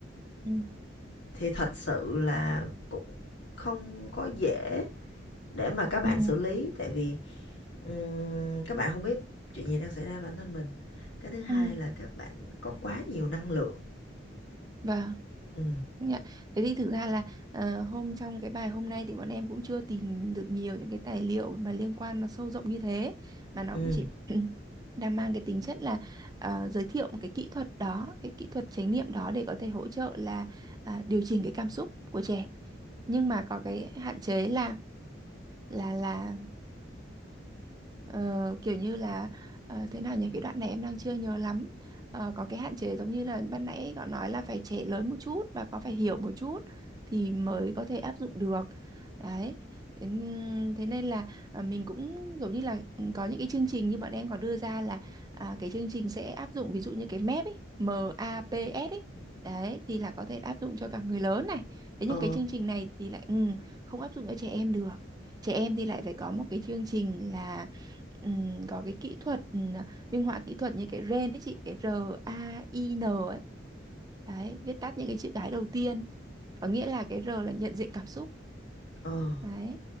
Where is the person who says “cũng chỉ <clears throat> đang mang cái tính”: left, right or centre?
Right